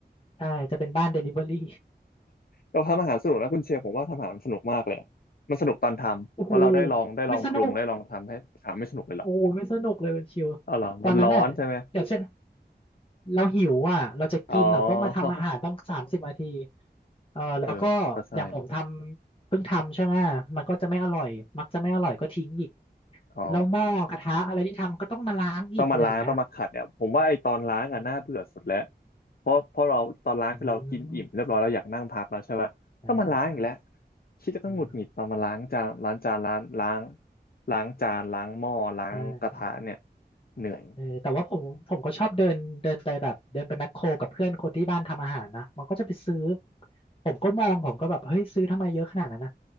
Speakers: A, on the left; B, on the left.
A: ใช่จะเป็นบ้านเดลิเวอรี่
B: เราทำอาหารสนุกนะคุณเชลผมว่าทำอาหารสนุกมากเลยอะมันสนุกตอนทำ
A: โอ้โห
B: เพราะเราได้ลองได้ลองปรุงได้ลองทำให้ถามไม่สนุกเลยหรอก
A: ไม่สนุกโอ้โหไม่สนุกเลยมันชิว
B: อ๋อเหรอมันร้อนใช่ไหม
A: ตอนนั้นน่ะอย่างเช่นเราหิวอ่ะเราจะกินอ่ะต้องมาทำอาหารต้องสามสิบนาที
B: อ๋อ <laughs>
A: เออแล้วก็อย่างผมทำเพิ่งทำใช่ไหมมันก็จะไม่อร่อยมักจะไม่อร่อยก็ทิ้งอีก
B: เออก็ใช่เนอะอ๋อ
A: แล้วหม้อกระทะอะไรที่ทำก็ต้องมาล้างอีกอะไรอย่างเงี้ย
B: ต้องมาล้างต้องมาขัดเนี่ยผมว่าไอ้ตอนล้างอ่ะน่าเบื่อสุดแล้วเพราะเพราะเราตอนล้างคือเรากินอิ่มเรียบร้อยเราอยากนั่งพักแล้วใช่ปะต้องมาล้างอีกแล้ว
A: อืมใช่
B: คิดแล้วก็หงุดหงิดตอนมาล้างจานล้างจานล้างล้าง
A: อืม
B: ล้างจานล้างหม้อล้างกระทะเนี่ย
A: ใช่
B: เหนื่อย
A: เออแต่ว่าผมผมก็ชอบเดินเดินไปแบบเดินไปแมคโครกับเพื่อนคนที่บ้านทำอาหารนะมันก็จะไปซื้อผมก็มองผมก็แบบเฮ้ยซื้อทำไมเยอะขนาดนั้นนะ